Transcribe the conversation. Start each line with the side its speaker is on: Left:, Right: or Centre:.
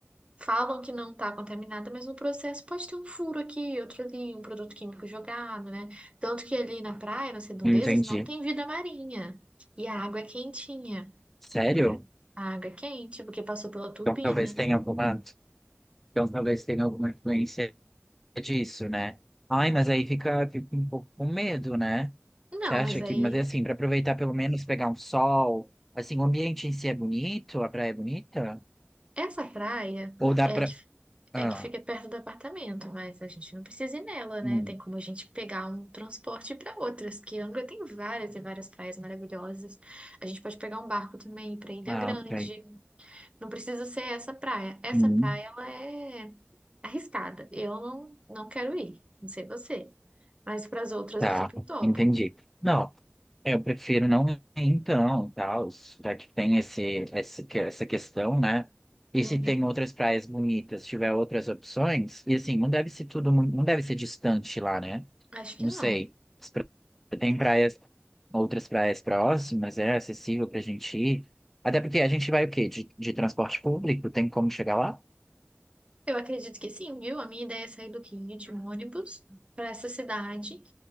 Right: falam que não está contaminada, mas no processo pode ter um furo aqui, outro ali, um produto químico jogado, né? Tanto que ali na praia, nas redondezas,
Centre: Entendi.
Right: não tem vida marinha. E a água é quentinha
Centre: Sério?
Right: né? A água quente, porque passou pela turbina.
Centre: Então talvez tenha alguma, então talvez tenha alguma influência disso, né? Ai, mas aí fica, fica um pouco com medo, né?
Right: Não,
Centre: Você acha
Right: mas aí,
Centre: que, mas é assim, para aproveitar pelo menos pegar um sol, assim, o ambiente em si é bonito, a praia é bonita?
Right: essa praia
Centre: Ou dá
Right: é
Centre: pra.
Right: a que, é
Centre: Ah,
Right: a que fica perto do apartamento, mas a gente não precisa ir nela, né?
Centre: hum,
Right: Tem como a gente pegar um transporte para outras, que Angra tem várias e várias praias maravilhosas. A gente pode pegar um barco também para Ilha
Centre: ah,
Right: Grande.
Centre: ok.
Right: Não precisa ser essa praia. Essa
Centre: Hum,
Right: praia, ela é arriscada. Eu não, não quero ir, não sei você. Mas para as outras
Centre: tá,
Right: eu super topo.
Centre: entendi. Não, eu prefiro não ir então, tal, já que tem esse, esse, que- essa questão, né? E
Right: Uhum.
Centre: se tem outras praias bonitas, tiver outras opções, e assim, não deve ser tudo, mu- não deve ser distante lá, né?
Right: Acho
Centre: Não
Right: que não.
Centre: sei. Tem praias, outras praias próximas, é acessível pra gente ir. Até porque a gente vai o quê? De, de transporte público? Tem como chegar lá?
Right: Eu acredito que sim, viu? A minha ideia é sair do King de um ônibus para essa cidade